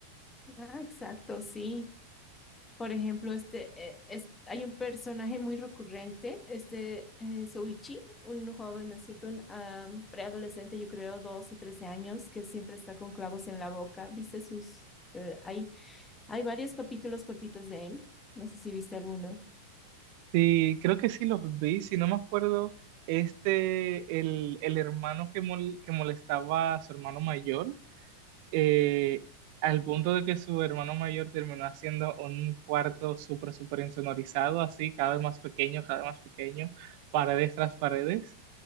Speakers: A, on the left; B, on the right.
A: ah, exacto, sí. Por ejemplo, este, eh, es, hay un personaje muy recurrente, este eh, Soichi, un joven, ¿no es cierto? Un ah, preadolescente, yo creo, 12 13 años, que siempre está con clavos en la boca. ¿Viste sus eh, ahí? Hay varios capítulos cortitos de él. No sé si viste alguno.
B: Sí, creo que sí los vi, si no me acuerdo, este, el, el hermano que, mol- que molestaba a su hermano mayor, eh, al punto de que su hermano mayor terminó haciendo un cuarto súper, súper insonorizado, así, cada vez más pequeño, cada vez más pequeño, paredes tras paredes.